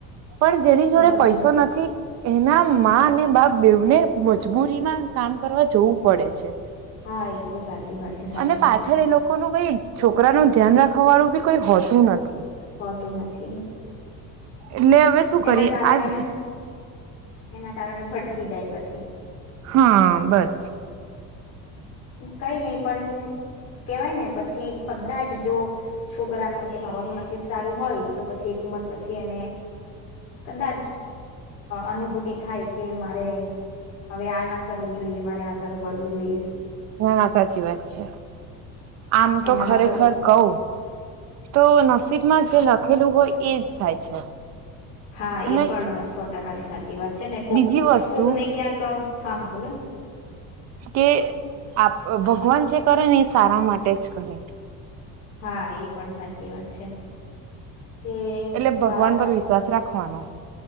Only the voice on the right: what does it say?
પણ જેની
જોડે પૈસો નથી. એના અને બાપ બેવને. મજબૂરી માં કામ કરવા જવું પડે છે.
અને પાછળ
એ લોકો ન કઈ છોકરાનું ધ્યાન રાખવા <unintelligible> વાળું બી કોઈ હોતું નથી
એટલે હવે શું કરી
આજ
હા બસ
નાા સાચી વાત છે, આમ તો
ખરેખર
કવ તો નસીબમાં જે લખેલું હોય. એજ થાય છે
અને
બીજી વસ્તુ
કે આપ ભગવાન જે કરે ને એ સારા માટે જ કરે.
એટલે
ભગવાન પર વિશ્વાસ રાખવાનો.